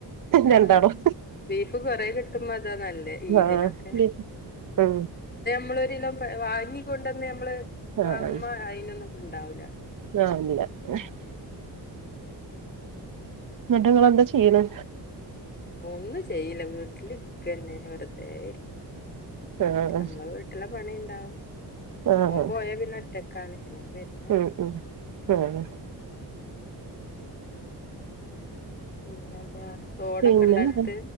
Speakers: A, on the left (about 25°); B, on the right (about 50°).
A: ആഹ്
B: രണ്ടാളും
A: ബീഫ് കൊറെ കിട്ടുമ്പോ അതാ നല്ലേ ഈദിനൊക്കെ
B: ആഹ് <unintelligible> മ്ഹ്
A: നമ്മള് ഒരിലോ വാങ്ങിക്കൊണ്ടന്നെ നമ്മള്
B: ആഹ്
A: വാങ്ങുമ്പോ അയിനൊന്ന് ഉണ്ടാവില്ല.
B: ആഹ് <unintelligible> എന്നിട്ട് നിങ്ങള് എന്താ ചെയ്യണേ?
A: ഒന്നും ചെയ്യില്ല. വീട്ടിൽ ഇരിക്കന്നെ. വെതെ ഇര്ക്ക
B: ആഹ്
A: നമ്മള വീട്ടില പണിം ആഹ്.
B: ആഹ്
A: ഓൻ പോയാ പിന്നെ ഒറ്റക്കാണ്. പിന്നെ ഓൻ വരില്ല
B: ഉം ഉം ആഹ്.
A: പിന്നെന്താ? തോടൊക്കെ
B: പിന്നെന്താ?
A: ഇണ്ട അടുത്ത്